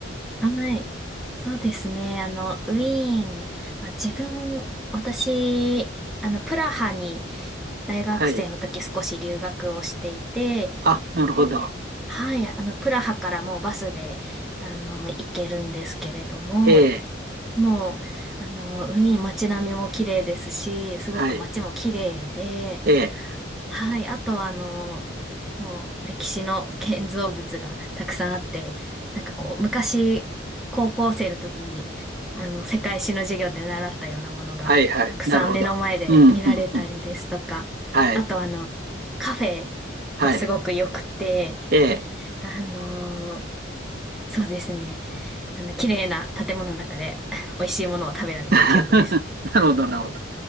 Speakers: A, in the centre; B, on the right.
A: はい。はいそうですね。あの、ウィーンは自分、私、あの、プラハに大学生の時少し留学をしていて、
B: はい。あ、なるほど。
A: で、はい、あの、プラハからもうバスで、あの、行けるんですけれども、
B: ええ、
A: もう、あの、ウィーン街並みも綺麗ですし、すごく街も綺麗で、
B: はい。ええ、
A: はい、あとはあの、もう歴史の建造物がたくさんあって、なんかこう、昔、高校生の時に、あの、世界史の授業で習ったようなものが、
B: はい、はい。
A: たくさん目の前で見られたりですとか、
B: なるほど。うん、うん、うん。はい、
A: あとあの、カフェがすごく良くて、
B: はい。ええ。
A: あの、そうですね、あの、綺麗な建物の中で、美味しいものを食べられた記憶です。
B: <laughs> なるほど、なるほど。